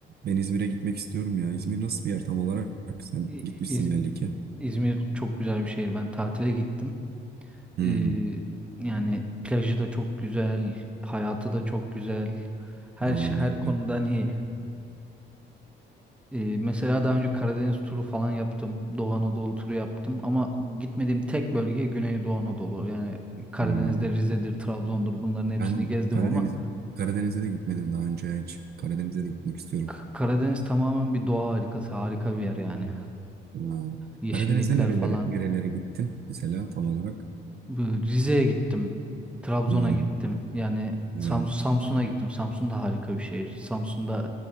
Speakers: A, on the right; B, in the centre.
A: ben İzmir'e gitmek istiyorum ya. İzmir nasıl bir yer tam olarak? Sen
B: İ-
A: gitmişsin
B: İz-
A: belli ki.
B: İzmir çok güzel bir şehir. Ben tatile gittim.
A: Hmm.
B: Ee, yani plajı da çok güzel, hayatı da çok güzel. Her
A: Aa,
B: şey- her
A: ne güzel.
B: konudan iyi. Ee, mesela daha önce Karadeniz turu falan yaptım. Doğu Anadolu turu yaptım ama gitmediğim tek bölge Güneydoğu Anadolu. Yani Karadeniz'de
A: Hmm.
B: Rize'dir, Trabzon'dur bunların hepsini
A: Ben
B: gezdim
A: Karadeniz
B: ama
A: Karadeniz'e de gitmedim daha önce hiç. Karadeniz'e de gitmek istiyorum.
B: K- Karadeniz tamamen bir doğa harikası, harika bir yer yani.
A: Aa.
B: yeşillikler
A: Karadeniz'de nerelere
B: falan.
A: nerelere gittin mesela tam olarak?
B: Bu Rize'ye gittim. Trabzon'a
A: Hmm.
B: gittim. Yani
A: Güzel.
B: Sam- Samsun'a gittim. Samsun da harika bir şehir. Samsun'da